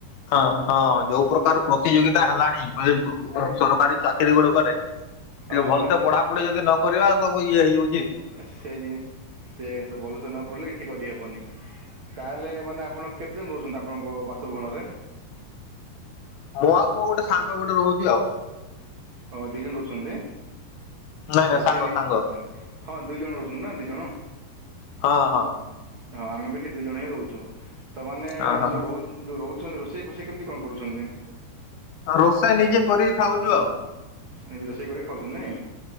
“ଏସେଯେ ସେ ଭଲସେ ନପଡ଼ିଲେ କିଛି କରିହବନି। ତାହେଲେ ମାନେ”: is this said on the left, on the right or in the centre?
Right